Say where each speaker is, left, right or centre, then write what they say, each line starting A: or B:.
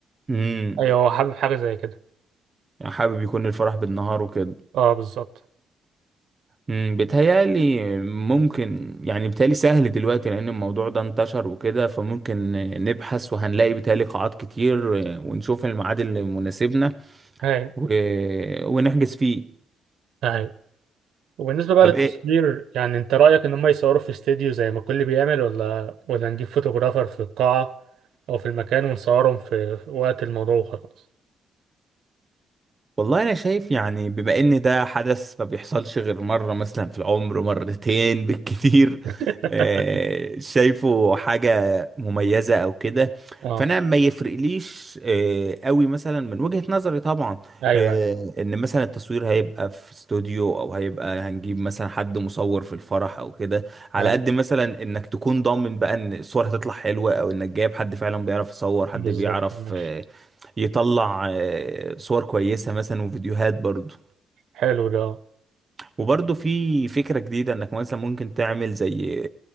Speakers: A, on the right; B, on the right.
A: امم
B: ايوه هو حابب حاجة زي كده
A: حابب يكون الفرح بالنهار وكده
B: اه بالظبط
A: امم بيتهيألي ممكن يعني بيتهيألي سهل دلوقتي لأن الموضوع ده انتشر وكده فممكن نبحث وهنلاقي بيتهيألي قاعات كتير ونشوف الميعاد اللي مناسبنا
B: ايوه
A: و... ونحجز فيه
B: ايوه وبالنسبة بقى
A: طب
B: للتصوير
A: ايه
B: يعني انت رأيك ان هم يصوروا في استديو زي ما الكل بيعمل ولا ولا نجيب فوتوغرافر في القاعة او في المكان ونصورهم في في وقت الموضوع وخلاص
A: والله انا شايف يعني بما ان ده حدث ما بيحصلش غير مره مثلا في العمر مرتين بالكتير
B: <laughs>
A: آه، شايفه حاجه مميزه او كده
B: اه
A: فانا ما يفرقليش آه، قوي مثلا من وجهه نظري طبعا
B: ايوه
A: آه، ان مثلا التصوير هيبقى في استوديو او هيبقى هنجيب مثلا حد مصور في الفرح او كده على
B: ايوه
A: قد مثلا انك تكون ضامن بقى ان الصور هتطلع حلوه او انك جايب حد فعلا بيعرف يصور حد
B: بالظبط
A: بيعرف
B: ماشي
A: آه، يطلع آه، صور كويسة مثلا وفيديوهات برضو
B: حلو ده
A: وبرضو في فكرة جديدة انك مثلا ممكن تعمل زي